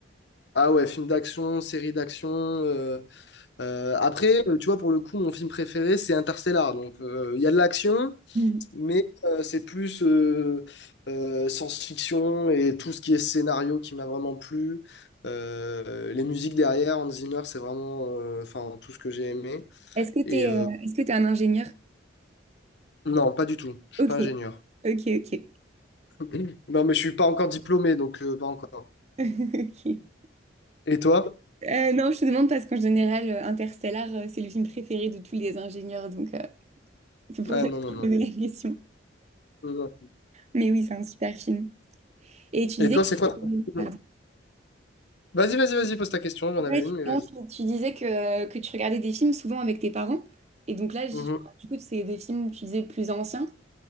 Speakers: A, on the left (about 65°); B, on the right (about 35°).
A: Ah ouais, film d'action, série d'action. euh, euh, après, euh, tu vois, pour le coup, mon film préféré, c'est Interstellar. Donc, euh, il y a de l'action.
B: Mhm.
A: Mais euh, c'est plus euh, euh, science-fiction et tout ce qui est scénario qui m'a vraiment plu. Euh, les musiques derrière, Hans Zimmer, c'est vraiment euh, enfin, tout ce que j'ai aimé.
B: Est-ce que
A: Et
B: t'es
A: euh,
B: euh, est-ce que t'es un ingénieur?
A: non, pas du tout. Je suis
B: Ok,
A: pas ingénieur.
B: ok, ok. <laughs>
A: <clears throat> Non, mais je suis pas encore diplômé, donc euh, pas encore.
B: Ok.
A: Et toi?
B: Euh, non, je te demande parce qu'en général, euh, Interstellar, euh, c'est le film préféré de tous les ingénieurs, donc euh, c'est pour
A: Ah
B: ça
A: non,
B: que
A: non,
B: je te
A: non.
B: posais la question.
A: Non. non.
B: Mais oui, c'est un super film. Et tu
A: Et
B: disais
A: toi,
B: que,
A: c'est quoi? ton-
B: pardon.
A: Vas-y, vas-y, vas-y, pose ta question. J'en avais
B: Ouais,
A: une, mais vas-y.
B: non, tu tu disais que, que tu regardais des films souvent avec tes parents. Et donc là, j-
A: Mhm,
B: du coup, c'est des films, tu disais, plus anciens.